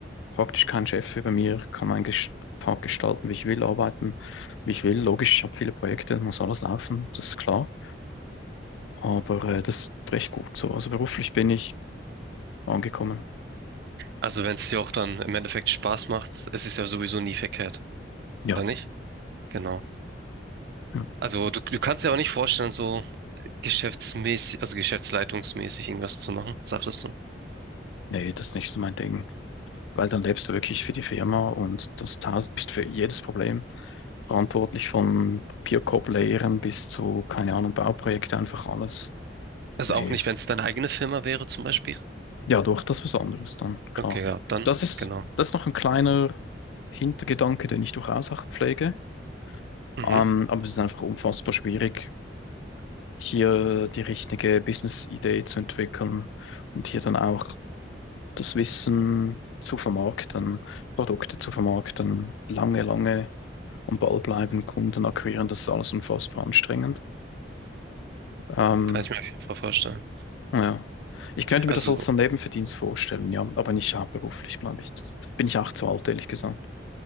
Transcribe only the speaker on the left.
praktisch keinen Chef über mir, kann meinen Ges- Tag gestalten, wie ich will, arbeiten, wie ich will. Logisch, ich habe viele Projekte, muss alles laufen, das ist klar. Aber äh, das ist recht gut so. Also beruflich bin ich angekommen.
Ja.
ja.
Nee, das ist nicht so mein Ding. weil dann lebst du wirklich für die Firma und das tausend, bist für jedes Problem verantwortlich, von papierkorb leeren bis zu, keine Ahnung, Bauprojekte, einfach alles.
Nee,
ist
ja doch das was anderes dann, klar.
Das ist,
das ist noch ein kleiner Hintergedanke, den ich durchaus auch pflege.
Ähm, aber es ist einfach unfassbar schwierig, hier die richtige Business-Idee zu entwickeln und hier dann auch das Wissen zu vermarkten, Produkte zu vermarkten, lange, lange am Ball bleiben, Kunden akquirieren, das ist alles unfassbar anstrengend. Ähm,
ja. Ich könnte mir
das als so einen Nebenverdienst vorstellen, ja, aber nicht hauptberuflich, glaube ich. Das bin ich auch zu alt, ehrlich gesagt.